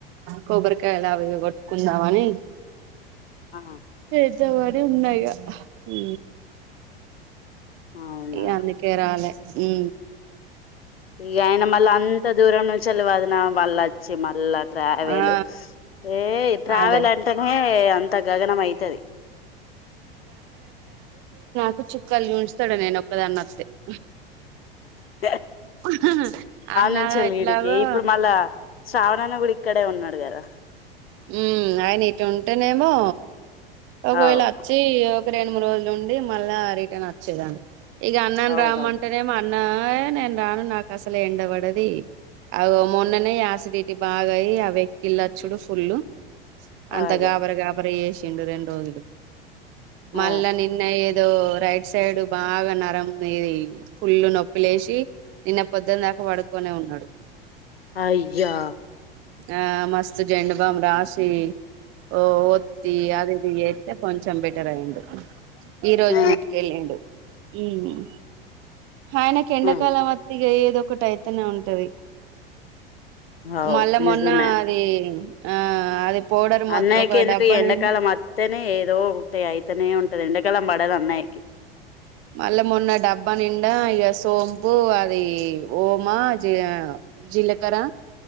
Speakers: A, on the right (about 40°); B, on the left (about 80°).
A: కొబ్బరికాయలా అవి కొట్టుకుందామని
B: ఆ
A: చేద్దామని ఉన్నాయిగా ఊ
B: అవునా
A: ఇగ అందు కే రాలే ఊ
B: ఈక ఆయన మళ్ళీ అంత దూరం ను చలివాదన వాళ్ళ చ్చ మల్లట్ ట్రావెలు
A: ఆ
B: ఏ ట్రావెల్
A: అదే
B: అంటేనే అంత గగనం అయితది.
A: <unintelligible> కలి చ ఉంచుతాడు నేను ఒక్కదాని అస్తే <inaudible>
B: ఆ
A: ఊహ్హ్హ్ అన్నా
B: నుంచెల్లి
A: ఎట్లాగో
B: ఈడికి ఇప్పుడు మళ్ళా శ్రావణన్న కూడా ఇక్కడే ఉన్నాడు కదా
A: ఊ అయన ఇటు ఉంటేనేమో ఆ ఒకవేళ
B: అవు
A: అచ్చి రెండు మూడు రోజులు నుండి మళ్ళా రిటర్న్ వచ్చేదాన్ని ఇక అన్నని
B: అవునవును
A: రామ్ంటేనే అన్న నేను రాను నాకు అసలే ఎండబడది. అగో మొన్ననే యాసిడిటీ బాగాయి ఆ వెక్కిళచ్చుడు ఫుల్ అంత
B: అదే
A: గాబర గాబర ఏసి రెండు రెండు రోజులు మళ్ళ
B: ఆ
A: నిన్న ఏ ఏదో రైట్ సైడ్ బాగా నరం ఇది ఫుల్ నొప్పి లేసి నిన్న పొద్దున దాకా పడుకొనే ఉన్నాడు.
B: అయ్యా
A: ఆ మస్త జండు బమ్ రాసి ఓ ఒత్తి అది ఇది యితే కొంచంబెట్. ఇంటర్ అయ్యిండు ఈ రోజు
B: ఆ
A: డూటికెళ్ళిండు మ్ ఆయనకి ఎండ
B: ఆ
A: మ మతిగా ఏదొ ఒకటి అయితెనే ఉంటది
B: అవు
A: మళ్ళా
B: నిజమే
A: మొన్నా అదీ ఆ అది పౌడర్ మొ
B: అన్నయ్యకి
A: ఒక
B: ఎందుకు
A: డబ్బా
B: ఈ ఎండకాల
A: నిండా
B: మత్తనే ఏదో ఒకటి అయితనే ఉంట ది ఎండకాలాం పడదు అన్నయకి
A: మళ్ళ మొన్న డబ్బా నిండా ఇక సోంపు అది ఓమా జ జీలకరా